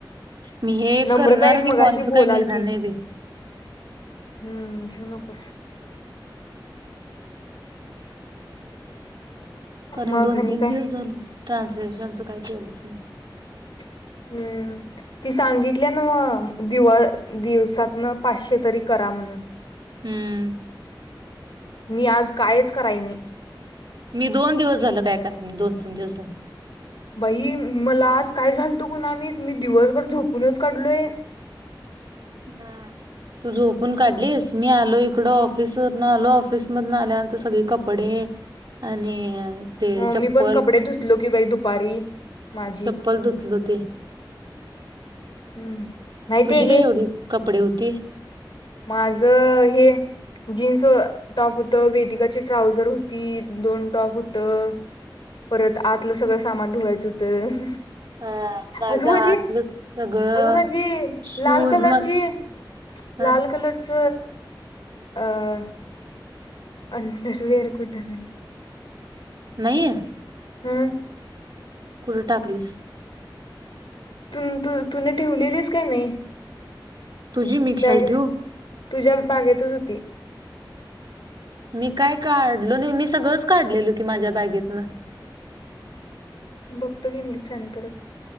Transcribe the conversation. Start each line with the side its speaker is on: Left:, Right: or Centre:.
Right: मी हे
Left: नम्रता
Right: करणार
Left: एक
Right: आणि
Left: मगाशी
Right: कॉलचं
Left: बोलालती.
Right: काय घेणार नाही बाई.
Left: हम्म घेऊ नकोस
Right: कारण
Left: मग
Right: दोन
Left: आणि
Right: तीन
Left: काय
Right: दिवस झालं ट्रान्सलेशनचं काय केलंच नाही.
Left: हम्म. ती सांगितल्या न्हवं म दि दिवसातन पाचशे तरी करा म्हणून.
Right: हम्म.
Left: मी आज कायच कराय नाही.
Right: मी दोन दिवस झाल काय कराय नही मी दोन तीन दिवस झालं.
Left: बाई मला आज काय झालतं कुणाला माहीत दिवसभर झोपूनच काढलोय.
Right: <inaudible> ह तू झोपून काढलीस मी आलो इकड ऑफिसवरन आलो ऑफिस मधून आल्या सगळे कपडे आणि ते
Left: मग
Right: चप्पल
Left: मी पण कपडे धुतलो, कि बाई दुपारी माझी,
Right: चप्पल धुतलो ते
Left: हम्म. माहितीय
Right: तुझी काय
Left: की
Right: एवढी कपडे होती.
Left: माझं हे. जीन्स टॉप हूतं वेदिकाची ट्राऊझर होती दोन टॉप हुतं. परत आतलं सगळं सामान धुवायचं होतं.
Right: हा माझं
Left: अगं माझी
Right: आतलं सगळं
Left: अगं माझी
Right: शूज
Left: लाल कलरची
Right: म <inaudible>
Left: लाल कलरच अं अंडर वेर कुठ हाय
Right: नाहीय.
Left: हम्म
Right: कुढे टाकलीस.
Left: त तुून ठेवलेलीस काय नाही.
Right: तुझी मिक्शल
Left: बॅग
Right: ठेव.
Left: तुझ्या बागेतच होती.
Right: मी काय काढलो नाही मी सगळंच काढलेल की माझ्या बॅगेतन
Left: बघतो की मीच आणि परत.